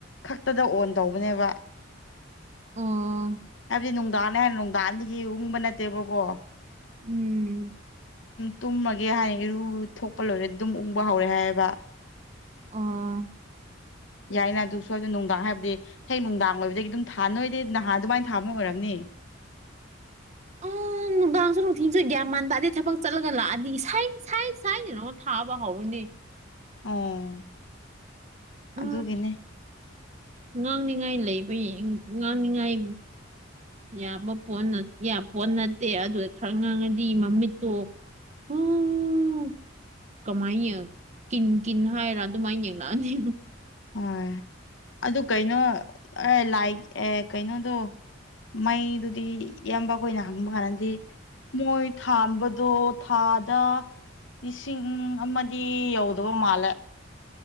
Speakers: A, on the left (about 65°); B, on the right (about 35°).
A: ꯈꯛꯇꯗ ꯑꯣꯟ ꯇꯧꯕꯅꯦꯕ
B: ꯎꯝ
A: ꯍꯥꯏꯕꯗꯤ ꯅꯨꯡꯗꯥꯡ ꯍꯥꯏ ꯅꯨꯡꯗꯥꯟꯗꯒꯤ ꯎꯪꯕ ꯅꯠꯇꯦꯕꯀꯣ
B: ꯎꯝ
A: ꯇꯨꯝꯃꯒꯤ ꯍꯥꯏꯔ ꯊꯣꯛꯄ ꯂꯣꯏꯔꯦ ꯑꯗꯨꯝ ꯎꯪꯕ ꯍꯧꯔꯦ ꯍꯥꯏꯌꯦꯕ
B: ꯑꯣ
A: ꯌꯥꯏꯅ ꯑꯗꯨ ꯁꯣꯏꯗꯅ ꯅꯨꯡꯗꯥꯡ ꯍꯥꯏꯕꯗꯤ ꯍꯌꯦ ꯅꯨꯡꯗꯥꯡ ꯑꯣꯏꯕꯗꯒꯤ ꯑꯗꯨꯝ ꯊꯥ ꯅꯣꯏꯗꯗꯤ ꯅꯍꯥꯟ ꯑꯗꯨꯃꯥꯏꯅ ꯊꯥꯕꯅ ꯑꯣꯏꯔꯝꯅꯤ
B: ꯑ ꯅꯨꯡꯗꯥꯡꯁꯨ ꯅꯨꯡꯊꯤꯟꯁꯨ ꯒ꯭ꯌꯥ ꯃꯟ ꯇꯥꯗꯦ ꯊꯕꯛ ꯆꯠꯂꯒ ꯂꯥꯛꯑꯗꯤ ꯁꯥꯏ ꯁꯥꯏ ꯁꯥꯏꯅꯅ ꯑꯃ ꯊꯥꯕ ꯍꯧꯔꯅꯦ
A: ꯑꯣ ꯑꯗꯨꯒꯤꯅꯦ
B: ꯎ ꯉꯥꯡꯅꯤꯉꯥꯏꯅꯤ ꯂꯩꯕ ꯉꯥꯡꯅꯤꯡꯉꯥꯏ ꯌꯥꯕ ꯄꯣꯠ ꯅꯠꯇꯦ ꯑꯗꯨ ꯈꯔ ꯉꯥꯡꯉꯗꯤ ꯃꯃꯤꯠꯇꯣ ꯎꯝ ꯎꯝ ꯀꯃꯥꯏꯅ ꯀꯤꯟ ꯀꯤꯟ ꯍꯥꯏꯔ ꯑꯗꯨꯃꯥꯏꯅ ꯌꯦꯡꯉꯛꯑꯅꯤ
A: ꯍꯣꯏ ꯑꯗꯨ ꯀꯩꯅꯣ ꯑꯦ ꯂꯥꯏ ꯑꯦ ꯀꯩꯅꯣꯗꯣ ꯃꯩꯗꯨꯗꯤ ꯏꯌꯥꯝꯕ ꯀ ꯑꯣꯏꯅ ꯍꯪꯕ ꯃꯥꯟꯅꯗꯤꯦ ꯃꯣꯏ ꯊꯥꯟꯕꯗꯣ ꯊꯥꯗ ꯂꯤꯁꯤꯡ ꯑꯃꯗꯤ ꯌꯧꯗꯕ ꯃꯥꯜꯂꯦ